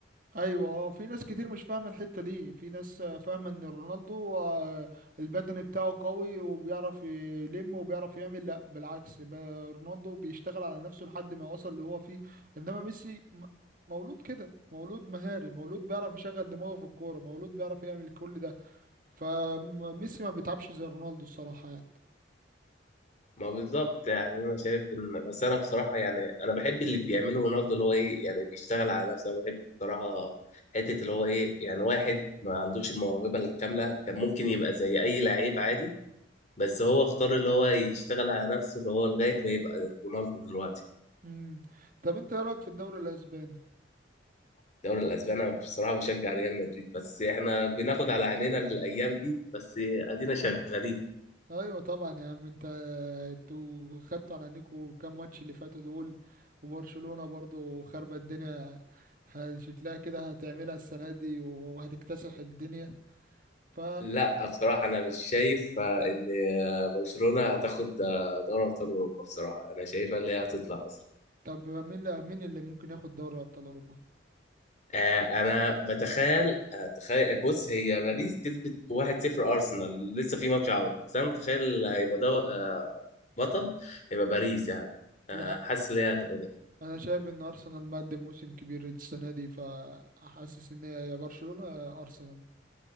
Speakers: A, on the right; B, on the left.
A: ايوه اه في ناس كتير مش فاهمه الحته دي في ناس آه، فاهمه ان رونالدو آه، البدني بتاعه قوي وبيعرف يلم وبيعرف يعمل لا بالعكس ب- رونالدو بيشتغل على نفسه لحد ما وصل اللي هو فيه انما ميسي م- مولود كده مولود مهاري مولود بيعرف يشغل دماغه في الكوره مولود بيعرف يعمل كل ده فميسي ما بيتعبش زي رونالدو الصراحه يعني
B: ما بالظبط يعني انا شايف ان بس انا بصراحه يعني انا بحب اللي بيعمله رونالدو اللي هو ايه يعني بيشتغل على نفسه انا بحب بصراحه حته اللي هو ايه يعني واحد ما عندوش الموهبه الكامله كان ممكن يبقى زي اي لعيب عادي بس هو اختار اللي هو يشتغل على نفسه اللي هو لغايه ما يبقى رونالدو دلوقتي
A: امم طب انت ايه رايك في الدوري الاسباني
B: الدوري الاسباني انا بصراحه بشجع ريال مدريد بس احنا بناخد على عينينا الايام دي بس ادينا شغالين
A: ايوه طبعا يا عم انت انتوا خدتوا على عينيكوا كام ماتش اللي فاتوا دول وبرشلونة برضو خربت الدنيا ه- شكلها كده هتعملها السنة دي وهتكتسح الدنيا ف
B: لا بصراحة أنا مش شايف آه، إن آه، برشلونة هتاخد آه، دوري أبطال أوروبا بصراحة أنا شايفها اللي هي هتطلع أصلا
A: طب مين اللي مين اللي ممكن ياخد دوري ابطال اوروبا
B: آه، أنا بتخيل أتخيل بص هي باريس كسبت 1-0 أرسنال لسه في ماتش عودة بس أنا متخيل هيبقى ده آه، بطل هيبقى باريس يعني آه،
A: لا
B: حاسس إن هي هتاخدها
A: انا شايف ان ارسنال مقدم موسم كبير السنة دي فحاسس ان هي يا برشلونة يا ارسنال